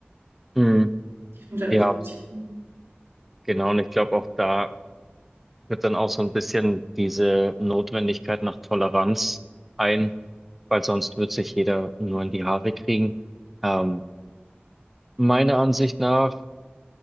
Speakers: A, in the centre; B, on the right.
A: hm,
B: die Flut an
A: ja,
B: Informationen.
A: genau. Und ich glaube, auch da wird dann auch so ein bisschen diese Notwendigkeit nach Toleranz ein, weil sonst wird sich jeder nur in die Haare kriegen. Ähm, meiner Ansicht nach